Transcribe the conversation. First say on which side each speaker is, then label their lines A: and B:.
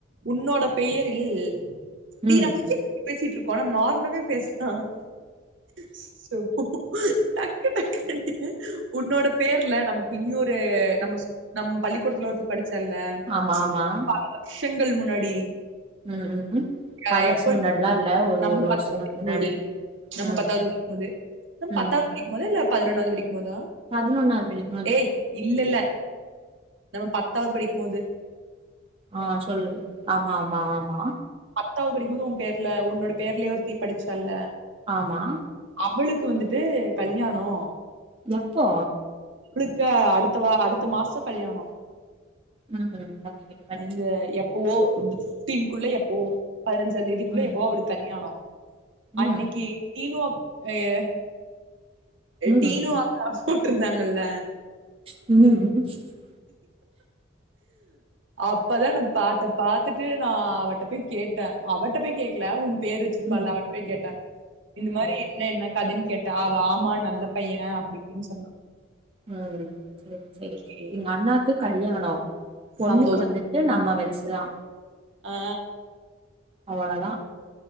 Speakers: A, on the right (about 75°); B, on the right (about 30°).
A: உன்னோட பெயர் ப்பில் தீ
B: ம்
A: நம்ம ஏன் இப் பேசிட்டுருக்கோ நம்ம நார்மலாவே பேசலா அச்சச்சோ டக்கு டக்குன்னு உன்னோட பேர்ல நமக்கு இனியொரு நம்ம ஸ் நம் பள்ளிக்கூடத்துல ஒருத்தி படிச்சா ல்ல
B: ஆமா
A: ச்
B: ஆமா
A: பெண்கள் முன்னாடி
B: ம் ம்
A: அ
B: பல வருஷம்
A: எப்பொ
B: முன்னாடிலா இல்ல ஒரு
A: நம்ம
B: ஒரு
A: <unintelligible>
B: வருஷம் முன்னாடி
A: போது நம்ம
B: ம்
A: பத்தாவது படிக்கும்போது நம்ம
B: ம்
A: பத்தாவது படிக்கும்போதா இல்ல பதினொன்னாவது படிக் போதா
B: பதினொன்னாவது படிக்கும்போது
A: ஏய் இல்லல்ல நம்ம பத்தாவது படிக்ம்போது
B: ஆஹ் சொல்லு ஆமா ஆமா ஆமா
A: பத்தாவ்து படிக்கும்போது ஓ பேர்ல ஒன்னோட பேர்லயே ஒருத்தி படிச்சால
B: ஆமா
A: அவளுக்கு வந்துட்டு கல்யாணோ
B: எப்போ
A: அவளுக்கா அடுத்த வா அடுத்த மாசொ கல்யாணோ
B: ம் பண்ணிக்கிட்டு பண்ணிக்கிட்டு
A: இந்த எப்பவோ பிஃப்டீன்குள்ள எப் ஓ பதினஞ்சா தேதிக்குள
B: ம்
A: எப்பொவோ அவளுக்கு கல்யாணோ
B: ம்
A: அன்னைக்கி டீனு அப் அய
B: ம்
A: டீனூ அக்கா போட்ருந்தாங்கல்ல
B: <unintelligible>
A: அப்பதா நா பாத்த பாத்துட்டு நா அவட்ட போய் கேட்டே அவட்ட போய் கேக்கல உ பேரு வச்சிருப்பாள
B: ம்
A: அவட்டபெய் கேட்டேன் இந்த மாரி
B: ம்
A: என்ன என்ன கதைன் கேட்டா அவ ஆமா நல்ல பைய அப்டி இப்டின் சொன்னா
B: ம் சேர் செரி
A: சரி
B: எங்க அண்ணாக்கு கல்யாணோ பொண்ணுக்கு
A: சந்தோஷம்
B: வந்துட்டு
A: அப்டின்னு
B: நம்ம வயசுதா
A: ஆ
B: அவ்வளொதா